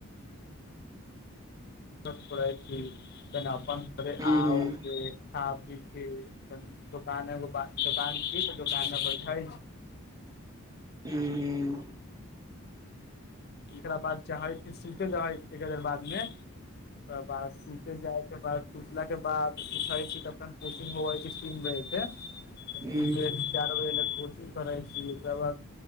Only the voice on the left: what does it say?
<unintelligible> पढ़ैत छी फेन अपन घरे
आओ के आबि के अपन दोकान एगो बा, दोकान छी तऽ दोकान मे बैठल छी।
एकरा बाद चाहे छी सुते जाय <unintelligible> बाद मे, ओकर बाद सुते जाय के बाद सुतला के बाद उठे छी तखन कोचिंग होवे छी तीन बजे से।
तीन बजे से चार बजे लग कोचिंग करै छी, ओकरा बाद